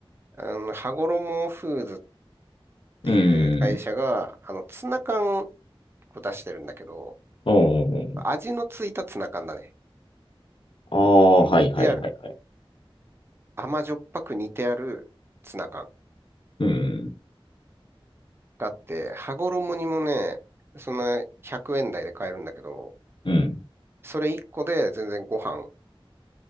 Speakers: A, on the right (about 25°); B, on the left (about 60°).
A: あの、羽衣フーズっていう会社が、
B: うん。
A: あの、ツナ缶を出してるんだけど、
B: うん
A: 味のついたツナ缶だね。
B: ああ、
A: まあ似てある。
B: はいはいはいはい。
A: 甘じょっぱく似てあるツナ缶
B: うん。
A: があって、羽衣にもね、そんな100円台で買えるんだけど、
B: うん。
A: それ1個で全然ご飯